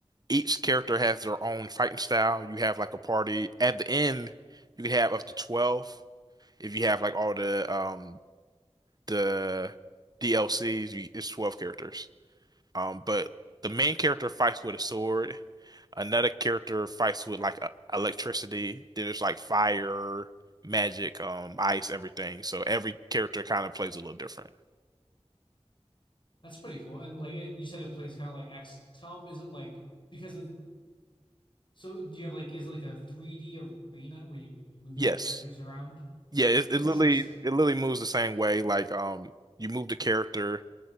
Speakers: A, on the right; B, on the left.
A: each character has their own fighting style. You have like a party. At the end, you can have up to 12. If you have like all the um the DLCs, you, it's 12 characters. Um, but the main character fights with a sword. Another character fights with like e- electricity. Then there's like fire, magic, um, ice, everything. So every character kind of plays a little different.
B: That's pretty cool. And like you said, it plays kind of like XCOM. Is it like because of so do you have like is it like a 3D arena where you move
A: Yes.
B: your characters around?
A: Yeah, it,
B: Interesting.
A: it literally it literally moves the same way. Like um you move the character,